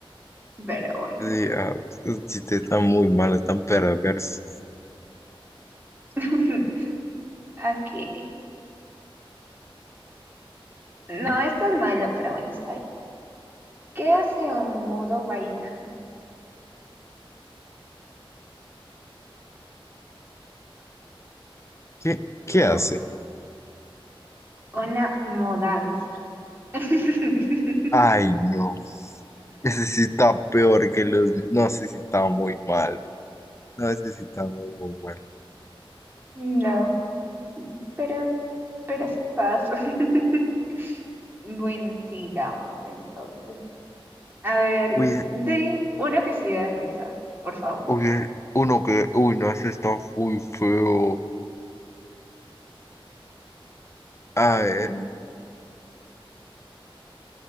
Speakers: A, on the right; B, on the left.
A: Pero bueno.
B: Sí, ah, esos chistes están muy malos, están perversos.
A: <laughs> Aquí. No, esto es malo, pero bueno, está bien. ¿Qué hace un mudo bailando?
B: ¿Qué,
A: No,
B: qué hace?
A: una mudanza. <laughs>
B: Ay, no. Ese sí está peor que los... No, sé si está muy mal. No, ese sí está muy, muy mal.
A: No, pero, pero es paso. <laughs> Bueno, sigamos entonces. A ver,
B: Oye,
A: de uno que sí da risa, por favor.
B: oye, uno que... Uy, no, ese está muy feo. Ay,
A: Mm.